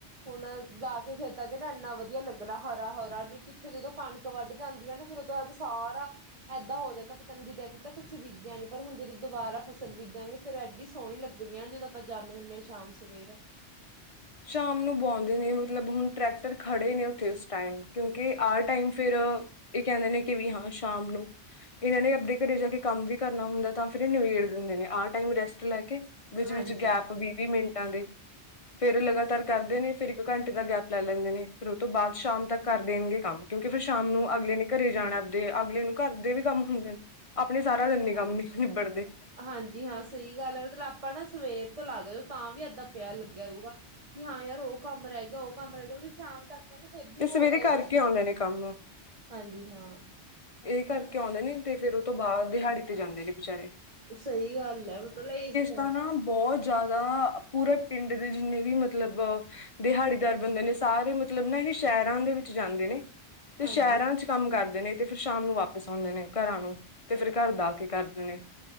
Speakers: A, on the right (about 30°); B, on the left (about 35°).
A: ਹੁਣ ਜਾ ਕੇ ਖੇਤਾਂ ਚ ਨਾ ਇੰਨਾ ਵਧੀਆ ਲੱਗਣਾ ਹਰਾ ਹਰਾ ਨੀ ਕਿੱਥੇ ਜਦੋਂ ਕਣਕ ਵੱਢ ਜਾਂਦੀ ਫਿਰ ਉਹਦੋਂ ਬਾਅਦ ਸਾਰਾ ਇਏਦਾਂ ਹੋ ਜਾਂਦਾ ਪਤਾ ਨੀ ਜਿੱਦਾਂ ਇਦ ਤਾਂ ਕੁਛ ਬੀਜਿਆ ਨੀ ਪਰ ਹੁਣ ਜਦੋਂ ਦੁਬਾਰਾ ਫਸਲ ਬੀਜਾਂਗੇ ਫਿਰ ਐਡੀ ਸੋਹਣੀ ਲੱਗਣੀ ਆ ਨਾ ਜਦੋਂ ਆਪਾਂ ਜਾਂਦੇ ਹੁੰਦੇ ਹਾਂ ਸ਼ਾਮ ਸਵੇਰ
B: ਸ਼ਾਮ ਨੂੰ ਬੁਉਂਦੇ ਨੇ ਮਤਲਬ ਹੁਣ ਟਰੈਕ ਖੜੇ ਨਹੀਂ ਉਸ ਟਾਈਮ ਕਿਉਂਕਿ ਆਹ ਟਾਈਮ ਫਿਰ ਇਹ ਕਹਿੰਦੇ ਨੇ ਕਿ ਵੀ ਹਾਂ ਸ਼ਾਮ ਨੂੰ ਇਹਨਾਂ ਨੇ ਆਪਣੇ ਘਰੇ ਜਾ ਕੇ ਕੰਮ ਵੀ ਕਰਨਾ ਹੁੰਦਾ ਤਾਂ ਫਿਰ ਇਹ ਨਿਬੇੜ ਦਿੰਦੇ ਨੇ ਆਹ ਟਾਈਮ ਰੈਸਟ ਲੈ ਕੇ ਵਿੱਚ
A: ਹਾਂਜੀ।
B: ਵਿੱਚ ਗੈਪ ਵੀਹ ਵੀਹ ਮਿੰਟ ਤਾਂਗੇ ਫੇਰ ਲਗਾਤਾਰ ਕਰਦੇ ਨੇ ਫੇਿਰ ਇੱਕ ਘੰਟੇ ਦਾ ਗੈਪ ਲੈ ਲੈਂਦੇ ਨੇ ਫਿਰ ਉਹ ਤੋਂ ਬਾਅਦ ਸ਼ਾਮ ਤੱਕ ਕਰ ਦੇਣਗੇ ਕੰਮ ਕਿਉਂਕਿ ਫਿਰ ਸ਼ਾਮ ਨੂੰ ਅਗਲੇ ਨੇ ਘਰੇ ਜਾਣਾ ਆਪਦੇ ਅਗਲੇ ਨੂੰ ਘਰ ਦੇ ਵੀ ਕੰਮ ਹੁੰਦੇ ਨੇ ਆਪਣੇ ਸਾਰਾ ਦਿਨੇ ਕੰਮ ਹੀ ਨਿਬੜਦੇ
A: ਹਾਂਜੀ ਹਾਂ ਸਹੀ ਗੱਲ ਹੈ ਮਤਲਬ ਆਪਾਂ ਨਾ ਸਵੇਰ ਤੋਂ ਲਾਗ ਜਾ ਤਾਂ ਵੀ ਇਏਦਾਂ ਪਿਆ ਲੱਗਿਆ ਰਹੂਗਾ ਕਿ ਹਾਂ ਯਾਰ ਉਹ ਕੰਮ ਰਹਿ ਗਿਆ ਉਹ ਕੰਮ ਰਹਿ ਗਿਆ ਮਤਲਬ ਸ਼ਾਮ ਤੱਕ ਕਹਿੰਦਾ ਫਿਰ ਵੀ
B: ਇਹ
A: ਹੋਇਆ
B: ਸਵੇਰੇ ਕਰਕੇ
A: ਹੀ ਰਹਦਾ
B: ਆਉਂਦੇ ਨੇ ਕੰਮ
A: ਹਾਂਜੀ ਹਾਂ
B: ਇਹ ਕਰਕੇ ਆਉਂਦੇ ਨੇ ਤੇ ਫੇਰ ਉਹ ਤੋਂ ਬਾਅਦ ਦਿਹਾੜੀ ਤੇ ਜਾਂਦੇ ਨੇ ਬਚਾਰੇ
A: ਸਹੀ ਗੱਲ ਹੈ ਮਤਲਬ ਇਹੀ
B: ਤਾਂ
A: ਆ
B: ਨਾ ਬਹੁਤ ਜ਼ਿਆਦਾ ਪੂਰੇ ਪਿੰਡ ਦੇ ਜਿੰਨੇ ਵੀ ਮਤਲਬ ਦਿਹਾੜੀਦਾਰ ਬੰਦੇ ਨੇ ਸਾਰੇ ਮਤਲਬ ਨਾ ਇਹ ਸ਼ਹਿਰਾਂ ਦੇ ਵਿੱਚ ਜਾਂਦੇ ਨੇ ਤੇ
A: ਹਾਂਜੀ।
B: ਸ਼ਹਿਰਾਂ ਚ ਕੰਮ ਕਰਦੇ ਨੇ ਤੇ ਫਿਰ ਸ਼ਾਮ ਨੂੰ ਵਾਪਿਸ ਆਉਂਦੇ ਨੇ ਘਰਾਂ ਨੂੰ ਤੇ ਫਿਰ ਘਰ ਦਾ ਕੇ ਕਰਦੇ ਨੇ